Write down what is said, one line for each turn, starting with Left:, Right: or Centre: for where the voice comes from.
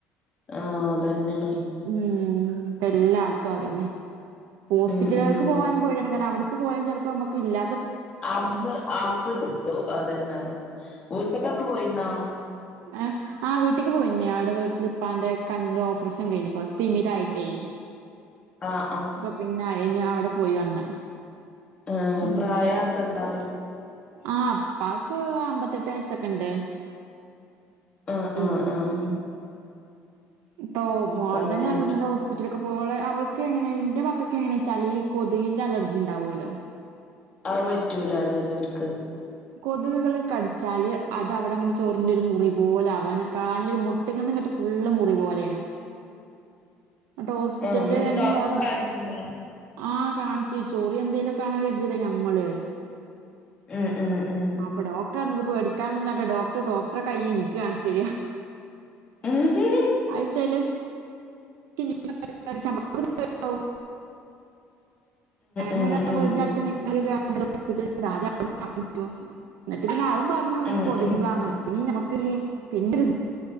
Left: ആ അതന്നെണ്
Right: ഉം ഇപ്പ എല്ലാടത്തും അതന്നെ ഹോസ്പിറ്റലുകൾക്ക്
Left: ഉം ഉം
Right: പോവാനും പേടിയാണ് കാരണം അവിടെ പോയാ ചിലപ്പോ നമുക്ക് ഇല്ല
Left: അവിടുന്ന് അവിടുന്ന് കിട്ടും അതന്നാന്ന് വീട്ട്ക്കണ്ട് പോയിന്നോ
Right: എ ആ വീട്ടിക്ക് പോയിന്നേ അവിടെ വീട്ടിൽപ്പാന്റെ കണ്ണിന്റെ ഓപ്പറേഷൻ കഴിഞ്ഞുകുണ് തിമിരായിട്ടേ
Left: ആ
Right: അപ്പൊ പിന്ന അയിന് അവിടെ പോയി വന്ന്
Left: ആ
Right: ഉം
Left: പ്രായാക്കെ ണ്ടാ
Right: ആ പ്പാക്ക് അമ്പത്തട്ട് വയസൊക്കെ ഇണ്ട്
Left: ആഹ്
Right: ഉം
Left: ആഹ് ആഹ്
Right: ഇപ്പോ മോൻ
Left: അപ്പ അങ്ങനെയൊക്കെ
Right: തന്നയാ പ്പോ ഹോസ്പിറ്റല്ക് പ്പോള് അവൾക്ക് എങ്ങനെ ന്റെ മക്കൾക്ക്‌ എങ്ങനെ ച്ചാൽ ഈ കൊത്കിന്റെ അലർജി ണ്ടാവോലോ
Left: അ പറ്റൂല ചലോർക്ക്
Right: കള് കടിച്ചാല് അത് അവിടങ്ങനെ ചോറിഞ് ഒരു മുറി പോലെ ആവാന് കാൽ മുട്ട്ങ്ങന്ന്ട്ട് ള്ള മുറി പോലെയാണ് എന്നട്ട് ഹോസ്പിറ്റലില്
Left: ആഹ് എന്നിട്ട് ഡോക്ടറെ
Right: പറഞ്ഞ്
Left: കാണിച്ചില്ല
Right: ആ കാണിച്ചച്ച് ചോറി എന്തേലുക്കാണ് കരുതല്ലേ നമ്മള്
Left: ഉം ഉം ഉം
Right: അപ്പ ഡോക്ടറർഞ്ഞ് കൊത് പേടിക്കാന്നല്ലാട്ടെ ഡോക്ടർ ഡോക്ടറെ കയ്യ് എനിക്ക് കാണ്ച്ചെര
Left: ഉം
Right: ആയി ചെലസ് എൻ എൻ ച അവു ഞാനരാ
Left: ഉം ഉം ഉം
Right: വീട് നട്ത്ത് ഹോസ്പറ്റലാദ്യ വ്ടെ കാണിച്ചു എന്നിട്ട് പിന്നെ അതും പറഞ്ഞു അങ്ങനെ
Left: ഉം
Right: കൊതുകിൻ്റാണ്
Left: ഉം
Right: പിന്ന നമക്ക് പിന്ന